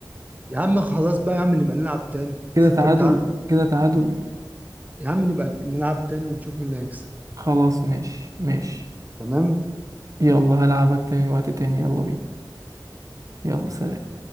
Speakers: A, on the right; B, on the right.
A: يا عم خلاص بقى يا عم نبقى نلعب تاني
B: كده
A: اصل
B: تعادل
A: انت تعال
B: كده تعادل
A: يا عم نبقى نلعب تاني ونشوف مين اللي هيكسب
B: خلاص ماشي ماشي
A: تمام
B: يلا هلعبك تاني وقت تاني يلا بينا يلا سلام